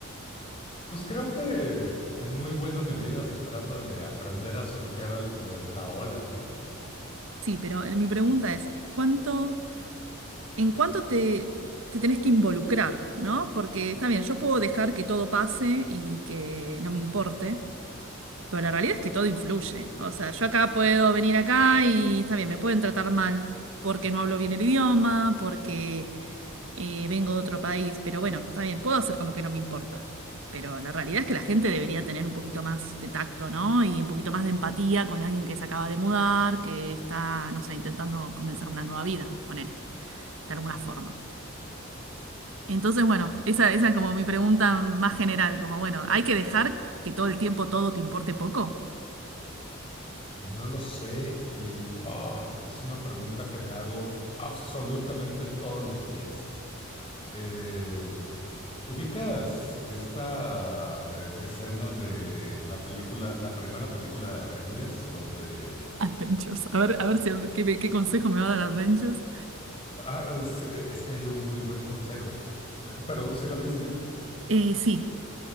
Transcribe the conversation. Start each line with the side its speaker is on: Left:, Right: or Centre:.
Left: Pues creo que en muy buena medida se trata de aprender a surfear al- la, la ola, ¿no?
Right: Sí, pero eh, mi pregunta es, ¿cuánto... en cuánto te, te tenés que involucrar, ¿no? Porque está bien, yo puedo dejar que todo pase y que no me importe, pero la realidad es que todo influye. O sea, yo acá puedo venir acá y está bien, me pueden tratar mal porque no hablo bien el idioma, porque eh, vengo de otro país, pero bueno, está bien, puedo hacer como que no me importa. Pero la realidad es que la gente debería tener un poquito más de tacto, ¿no? Y un poquito más de empatía con alguien que se acaba de mudar, que está, no sé, intentando comenzar una nueva vida, poner, de alguna forma. Entonces, bueno, esa, esa es como mi pregunta más general, como bueno, ¿hay que dejar que todo el tiempo todo te importe poco?
Left: No lo sé y ah, es una pregunta que me hago absolutamente todos los días. Eh, ¿Ubicas esta eh, escena de la película, la primera película de Avengers, donde
Right: <laughs> Adventures. A ver, a ver si qué, me- qué consejo me va a dar Adventures.
Left: ah, es, es que hay un muy buen consejo? Eh, pero ¿sí la viste?
Right: Eh, sí,